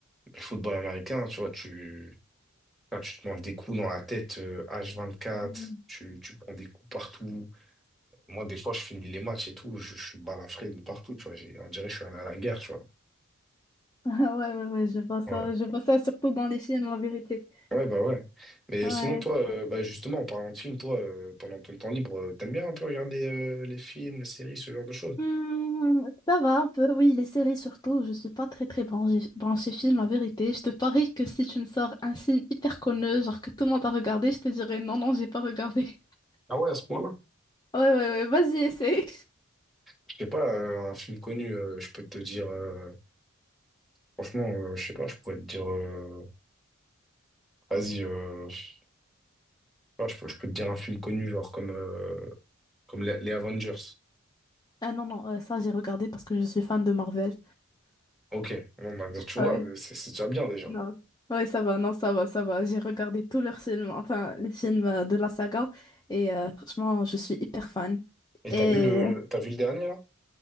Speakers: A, in the centre; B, on the left.
A: Le football américain, tu vois, tu, enfin, tu te manges des coups dans la tête euh, H24,
B: Mhm.
A: tu,
B: <laughs>
A: tu prends des coups partout. Moi, des fois, je finis les matchs et tout, je, je suis balafré de partout, tu vois. J'ai- On dirait que je suis allé à la guerre, tu vois.
B: Ah, ouais, ouais, ouais, je vois ça,
A: Ouais.
B: je vois ça surtout dans les films, en vérité.
A: Ouais, bah ouais. Mais
B: Ouais.
A: sinon, toi, euh, bah justement, en parlant de films, toi, euh, pendant ton temps libre, euh, t'aimes bien un peu regarder euh, les films, les séries, ce genre de choses?
B: Hmm, ça va un peu, oui, les séries surtout. Je suis pas très très branchée, branchée film, la vérité. Je te parie que si tu me sors un film hyper connu, genre que tout le monde a regardé, je te dirais non, non, j'ai pas regardé. <laughs>
A: Ah ouais, à ce point-là?
B: Ouais, ouais, ouais, vas-y, essaye.
A: Je sais pas, euh, un film connu, euh, je peux te dire. euh, franchement, euh, je sais pas, je pourrais te dire. euh, vas-y, euh, je sais pas, je peux, je peux te dire un film connu, genre comme, euh, comme les, les Avengers.
B: Ah non, non, euh, ça j'ai regardé parce que je suis fan de Marvel.
A: Ok, bon, bah, tu
B: Ouais,
A: vois, c'est c'est déjà bien déjà.
B: non. Ouais, ça va, non, ça va, ça va. J'ai regardé tous leurs films, enfin, les films euh, de la saga, et euh, franchement, je suis hyper fan.
A: Et
B: Et
A: t'as vu le, t'as vu le dernier, là?